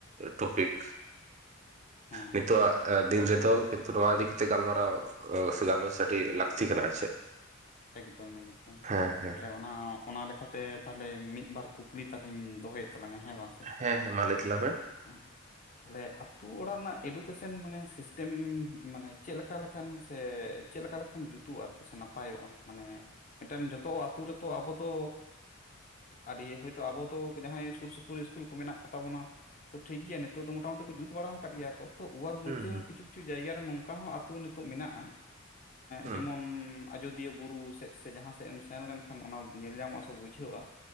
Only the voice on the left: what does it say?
ᱦᱮᱸ
ᱮᱠᱫᱚᱢ ᱮᱠᱫᱚᱢ
ᱛᱟᱦᱚᱞᱮ ᱚᱱᱟ ᱚᱱᱟ ᱞᱮᱠᱟᱛᱮ ᱛᱟᱦᱚᱞᱮ ᱢᱤᱫ ᱵᱟᱨ ᱠᱩᱠᱞᱤ ᱛᱟᱦᱚᱞᱮᱧ ᱫᱚᱦᱚᱭᱮᱫ ᱛᱟᱞᱟᱝᱟ ᱦᱮᱸ ᱵᱟᱝ᱾
<unintelligible> ᱛᱟᱦᱞᱮ ᱟᱹᱛᱩ ᱚᱲᱟᱜ ᱨᱮᱱᱟᱜ ᱮᱰᱩᱠᱮᱥᱚᱱ ᱢᱟᱱᱮ ᱥᱤᱥᱴᱮᱢ ᱢᱟᱱᱮ ᱪᱮᱫᱞᱮᱠᱟ ᱞᱮᱠᱟᱱ ᱥᱮ ᱪᱮᱫ ᱞᱮᱠᱟ ᱞᱮᱠᱷᱟᱱ ᱡᱩᱛᱩᱜᱼᱟ ᱟᱨᱠᱤ ᱥᱮ ᱱᱟᱯᱟᱭᱚᱜᱼᱟ? ᱢᱟᱱᱮ ᱢᱤᱫᱴᱮᱱ ᱡᱚᱛᱚ ᱟᱛᱳ ᱨᱮᱛᱚ ᱟᱵᱚ ᱫᱚ ᱟᱹᱰᱤ ᱦᱩᱭ ᱟᱵᱚ ᱛᱚ ᱡᱟᱦᱟᱸᱭ ᱥᱩᱨ ᱥᱩᱯᱩᱨ ᱤᱥᱠᱩᱞ ᱠᱚ ᱢᱮᱱᱟᱜ ᱠᱚ ᱛᱟᱵᱚᱱᱟ ᱛᱚ ᱴᱷᱤᱠ ᱜᱮᱭᱟ ᱱᱤᱛᱚᱜ ᱫᱚ ᱢᱚᱴᱟ ᱢᱩᱴᱤ ᱠᱚ ᱡᱩᱛ ᱵᱟᱲᱟ ᱟᱠᱟᱫ ᱜᱮᱭᱟ ᱠᱚ ᱛᱚ ᱚᱣᱟᱨ
ᱢᱚᱫᱽᱫᱷᱮ
ᱠᱤᱪᱷᱩ ᱠᱤᱪᱷᱩ ᱡᱟᱭᱜᱟ ᱨᱮ ᱱᱚᱝᱠᱟ ᱦᱚᱸ ᱟᱛᱳ ᱱᱤᱛᱚᱜ ᱢᱮᱱᱟᱜᱼᱟ
ᱡᱮᱢᱚᱱ ᱟᱡᱚᱫᱤᱭᱟᱹ ᱵᱩᱨᱩ ᱥᱮᱫ ᱥᱮ ᱡᱟᱦᱟᱸ ᱥᱮᱫ ᱮᱢ ᱥᱮᱱ ᱞᱮᱱᱠᱷᱟᱱ ᱚᱱᱟ ᱧᱮᱞ ᱧᱟᱢᱚᱜᱼᱟ ᱥᱮ ᱵᱩᱡᱷᱟᱹᱜᱼᱟ